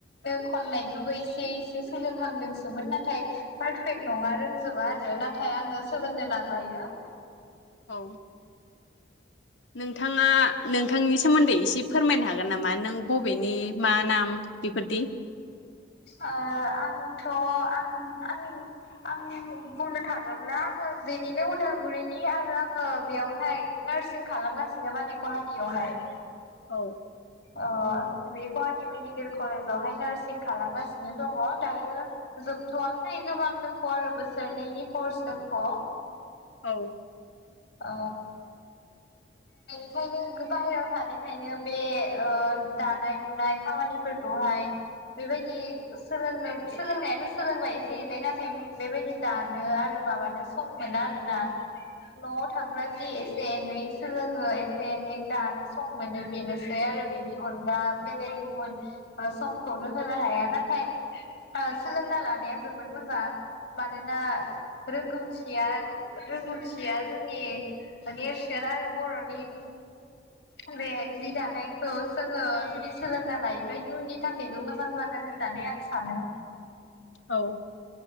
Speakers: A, on the left; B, on the left.
A: खननायखौबो इसे इसे सोलोंहांदोंसोमोन नाथाय पारफेक्ट नङा रोंजोबा आरो नाथाय आङो सोलोंनो नाज जायो।
B: औ नोंथाङा नोंथांनि सोमोन्दै एसे फोरमायनो हागोन नामा नों बबेनि मा नाम बेफोरदि?
A: आंथ आं आं आं बुंनो थाङोब्ला आङो बेनिनो उदालगुरिनि आरो आङो बेयावहाय नार्सिं खालामगासिनो माने गुवाहाटीयावहाय।
B: औ
A: ओ बे गुवाहाटि मेडिकेल कलेजावहाय नार्सिं खालामगासिनो दङ दायो जोबथवाखै गोबां दंख आरो बोसोरनैनि कर्स दंख।
B: औ
A: अ बेनिखायनो बाहेरायाव थानायखायनो बे ओ दानाय लुनाय खामानिफोरखौहाय बेबायदि सोलोंनो सोलोंनायाथ' सोलोंबाय एसे एनै नाथाय बेबायदि दानो आरो माबानो सम मोना आरोना। न'आव थांब्ला जि एसे एनै सोलोङो एसे एनै दानो सम मोनो बेनोसै आरो बेनि अनगा बेलेग गुबुन समखौनो होनो हाया नाथाय सोलोंना ओ लानाया जोबोद मोजां मानोना रोंगौथिया रोंगौथिया जोंनि नेरसोन आरो बर'नि बे जि दानायखौ जोङो जुदि सोलोंना लायोब्लाा इयुननि थाखायबो मोजां जागोन होननानै आं सानो।
B: औ